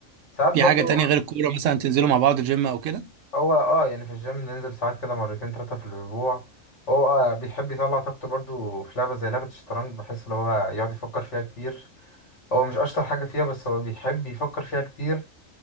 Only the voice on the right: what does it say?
في
حاجة تانية غير الكورة مثلا تنزلوا مع بعض الجيم أو كده؟